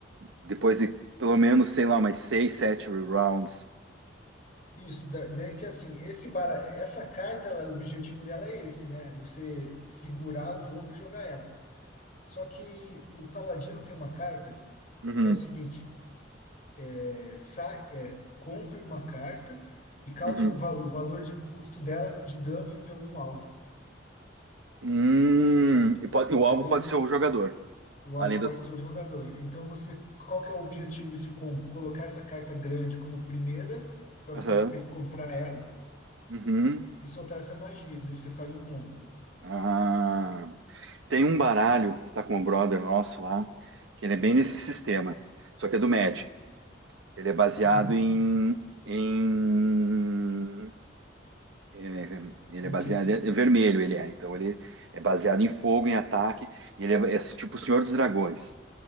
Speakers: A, on the right; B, on the left.
A: depois de pelo menos, sei lá, mais seis, sete rounds.
B: isso. da- Daí que assim, esse bara, essa carta, ela- o objetivo dela é esse, né? Você segurar o jogo e jogar ela. Só que o Paladino tem uma carta
A: Uhum,
B: que é o seguinte: é, saque, é, compre uma carta e cause
A: uhum.
B: o, val- o valor de custo dela de dano em algum alvo.
A: Hum, e, po-
B: Entendeu?
A: e o alvo pode ser o jogador,
B: O
A: além
B: alvo pode
A: das.
B: ser o jogador. Então você, qual que é o objetivo desse combo? Colocar essa carta grande como primeira para
A: Aham,
B: você pe- comprar ela
A: uhum.
B: e soltar essa magia. Daí você faz o combo.
A: Ah, tem um baralho que tá com o brother nosso lá, que ele é bem
B: Ah,
A: nesse sistema, só que é do Magic. Ele é baseado
B: Uhum.
A: em, em ele ele
B: No
A: é baseado
B: quê?
A: é vermelho, ele é. Então ele é baseado em fogo, em ataque. Ele é, é tipo o Senhor dos Dragões.